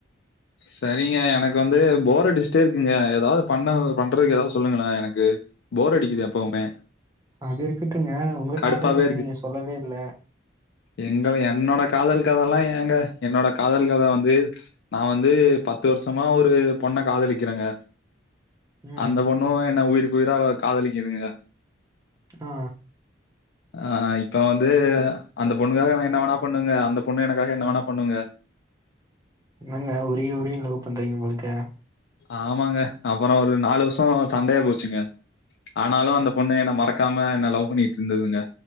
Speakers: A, on the left (about 65°); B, on the right (about 20°).
A: சரிங்க எனக் கு எனக்கு வந்து போரடிச்டே இருக்குங்க எதாவது பண்ண பண்றதுக்கு எதாவது சொல்லுங்களே எனக்கு போர் அடிக்குது எப்பவுமே.
B: அதிருக்கட்டுங்க உங்க
A: கடுப்பாவே
B: காதல் கதைய நீங்க சொல்லவே இல்ல
A: எங்கத என்னோட காதல் கதலா ஏங்க என்னோட காதல் கத வந்து நா வந்து பத்து வருஷமா ஒரு பொண்ண காதலிக்கிறங்க
B: ம்
A: அந்த பொண்ணு என்ன உயிருக்கு உயிரா காதலிக்கிதுங்க
B: ஆ
A: ஆ இப்ப வந்து அந்த பொண்ணுக்காக நா என்ன வேணா பண்ணுங்க அந்த பொண்ணு எனக்காக என்ன வேணா பண்ணுங்க
B: என்னங்க உருகி உருகி லவ் பண்றீங்க போல இருக்க
A: ஆமாங்க அப்பறோ ஒரு நாலு வருஷோ சண்டையா போச்சுங்க ஆனாலு அந்த பொண்ணு என்ன மறக்காம என்ன லவ் பண்ணிட்டு இருந்துங்க